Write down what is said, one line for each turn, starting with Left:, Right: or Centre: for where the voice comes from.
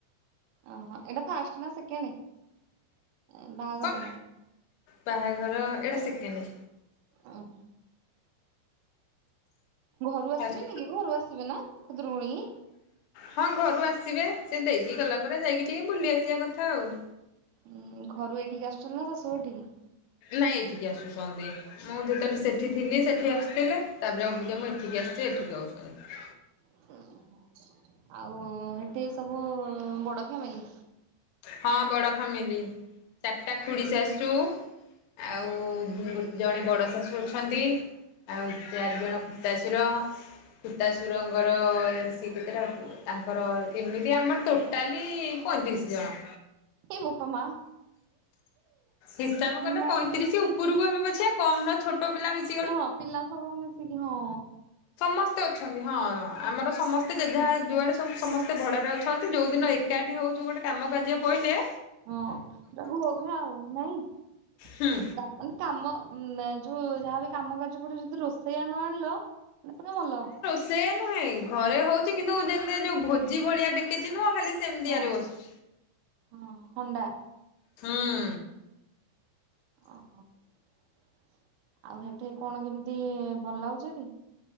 Right: ଅଃ ଏଡ଼ା ଫାଷ୍ଟ ନା ସେକେଣ୍ଡ ଏଁ ବାହାଘରର।
Left: କଣ ବାହାଘର ଏଇଡ଼ା ସେକେଣ୍ଡେ।
Right: ଅଃ। ଘରୁ ଆସିବେନି
Left: ଫାଷ୍ଟ
Right: କି ଘରୁ ଆସିବେ ନା ଖୁଦୁରୁକୁୁଣୀକି।
Left: ହଁ ଘରୁ ଆସିବେ ସେ ଦେଇକି ଗଲା ପରେ ଯାଇକି ଟିକେ ବୁଲି ଆସିବା କଥା ଆଉ।
Right: ହୁଁ ଘରୁ ଏଇଠିକି ଆସୁଛନ୍ତି ନା ଶାଶୁ ଘର୍ ଠିକି।
Left: ନାଇଁ ଏଇଠିକି ଆସୁଛନ୍ତି। ମୁଁ ଯେତେ <unintelligible> ସେଠି ଥିଲି ସେଠି ଆସିଥିଲେ ତାପରେ ଆଉ ଅବିକା ମୁଁ ଏଠିକି ଆସିଛି ଏଠିକି ଆଉଛନ୍ତି।
Right: <unintelligible> ଆଉ ହେଟି ସବୁ ବଡ ଫ୍ୟାମିଲି।
Left: ହଁ ବଡ଼ ଫାମିଲି ଚାରଟା ଖୁଡ଼ି ଶାଶୂ। ଆଉ ଗୋ ଜଣେ ବଡ ଶାଶୁ ଅଛନ୍ତି ଆଉ ଚାରି ଜଣ ତାଶୁର ଖୁତାଶୁରଙ୍କର ସିଏ କେତେଟା ତାଙ୍କର ଏମିତି ଆମର ଟୋଟାଲି ପଇଁତିରିଶ ଜଣ।
Right: ଏଇ ବୋପା ମା
Left: ହିସାବ କଲେ
Right: ମାନେ
Left: ପଇଁତିରିଶି ଉପୁରୁକୁ ହେବେ ପଛେ କମ୍ ନା ଛୋଟୋ ପିଲା ମିଶି
Right: ଯେ ହଁ ପିଲା ସବୁ ମିଶିକି ହଁ।
Left: ସମସ୍ତେ ଅଛନ୍ତି ହଁ ଆମର ସମସ୍ତେ ଯେଝା ଯୁଆଡ଼େ ସବୁ ସମସ୍ତେ ଭଡ଼ାରେ ଅଛନ୍ତି ଯୋଉ ଦିନ ଏକାଠି ହୋଉ ଚୁ ଗୋଟେ କାମ କାର୍ଯ୍ୟ ପାଇଲେ।
Right: ହଁ ତାକୁ <unintelligible> ନାଇଁ ଉଁ
Left: ହୁଁ।
Right: ତା ମାନେ କାମ ଉଁ ଯୋଉ ଯାହାବି କାମ କାର୍ଯ୍ୟ ପଡ଼େ ଯଦି ରୋଷ ସେଇଆ ନ ଆଣିଲ ମାନେ ପୁରା ମଲ।
Left: ସେୟା ନୁହେଁ ଘରେ ହୋଉଚି କିନ୍ତୁ <unintelligible> ଯୋଉ ଭୋଜି ଭଳିଆ ଡେକେଚି ନୁହଁ ଖାଲି ସେମିତିଆରେ
Right: ହଁ
Left: ବସୁ
Right: ହଁ ହଣ୍ଡା
Left: ହୁଁ।
Right: ଅଃ ଆଉ ହେଠି କଣ କେମିତି ଭଲ ଲାଗୁଛିଟି।